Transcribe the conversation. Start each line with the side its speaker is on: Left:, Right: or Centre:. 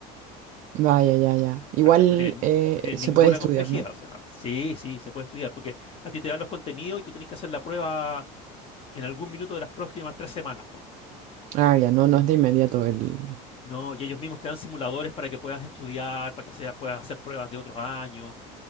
Right: Vaya, ya, ya. Igual
Left: ¿cachai? No tienen,
Right: eh,
Left: no tienen
Right: se
Left: ninguna
Right: puede estudiar,
Left: complejidad.
Right: ¿no?
Left: O sea, sí, sí, se puede estudiar, porque a ti te dan los contenidos y tú tenés que hacer la prueba en algún minuto de las próximas tres semanas, ponte.
Right: Ah, ya, no, no es de inmediato el...
Left: No, y ellos mismos te dan simuladores para que puedas estudiar, para que sea, puedas hacer pruebas de otros años.